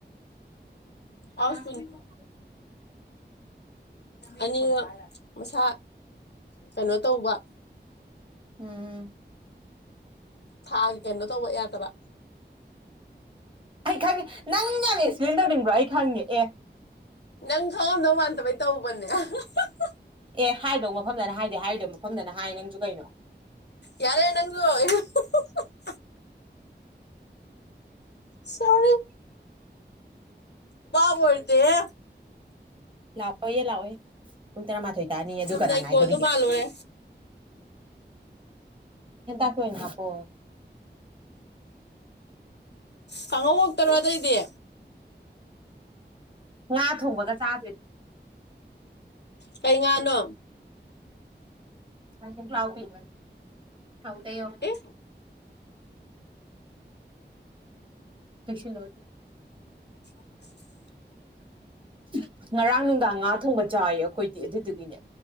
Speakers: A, on the left; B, on the right.
A: ꯍꯥꯎꯁ
B: ꯑ <unintelligible>
A: ꯑꯅꯤꯗꯣ ꯃꯁꯥ ꯀꯩꯅꯣ ꯇꯧꯕ
B: ꯎꯝ
A: ꯊꯥꯎ ꯀꯩꯅꯣ ꯇꯧꯕ ꯌꯥꯗꯕ
B: ꯑꯩ ꯈꯪꯉꯦ ꯅꯪ ꯌꯥꯝ ꯑꯦꯛꯁꯄ꯭ꯂꯦꯟ ꯇꯧꯅꯤꯡꯕ꯭ꯔꯣ ꯑꯩ ꯈꯪꯉꯦ ꯑꯦ
A: ꯅꯪ ꯈꯪꯉꯝꯗꯧ ꯃꯥꯟꯗꯕꯩ ꯇꯧꯕꯅꯦ ꯑꯍꯥꯥ ꯍꯥꯍꯥꯍꯥ
B: ꯑꯦ ꯍꯥꯏꯗꯧ ꯃꯐꯝꯗꯅ ꯍꯥꯏꯗꯦ ꯍꯥꯏꯔꯣꯏꯗꯣꯏ ꯃꯐꯝꯗꯅ ꯍꯥꯏ ꯅꯪꯁꯨ ꯀꯩꯅꯣ
A: ꯌꯥꯔꯦ ꯅꯪꯖꯨ ꯍ ꯍ ꯍ ꯁꯣꯔꯤ ꯕꯥꯕ ꯑꯣꯏꯔꯨꯗꯦꯍꯦ
B: ꯂꯥꯛꯑꯣꯌꯦ ꯂꯥꯛꯑꯣ ꯄꯨꯡ ꯇꯔꯥꯃꯥꯊꯣꯏ ꯇꯥꯅꯤ ꯑꯗꯨ
A: ꯆꯨꯝꯅꯩ
B: ꯀꯅꯥ ꯉꯥꯏꯗꯣꯔꯤꯒꯦ
A: ꯀꯣꯜꯗꯣ ꯃꯥꯜꯂꯨꯔꯦ
B: ꯍꯦꯟꯇꯥꯛꯇꯣ ꯑꯣꯏꯅ ꯍꯥꯞꯄꯣ
A: ꯀꯥꯡꯍꯧ ꯈꯛꯇꯔꯣ ꯑꯇꯩꯗꯤ
B: ꯉꯥ ꯊꯣꯡꯕꯒ ꯆꯥꯗꯣꯏꯅꯦ
A: ꯀꯩ ꯉꯥꯅꯣ
B: ꯄꯣꯛꯂꯥꯎꯕꯤ ꯊꯥꯎꯗꯩ ꯌꯣ
A: ꯑꯦ
B: ꯇꯩꯁꯤꯜꯂꯣ ꯗꯨꯝ
A: <inaudible>
B: <inaudible> ꯉꯔꯥꯡ ꯅꯨꯡꯗꯥꯡ ꯉꯥ ꯊꯣꯡꯕ ꯆꯥꯏꯌꯦ ꯑꯩꯈꯣꯏꯗꯤ ꯑꯗꯨꯗꯨꯒꯤꯅꯦ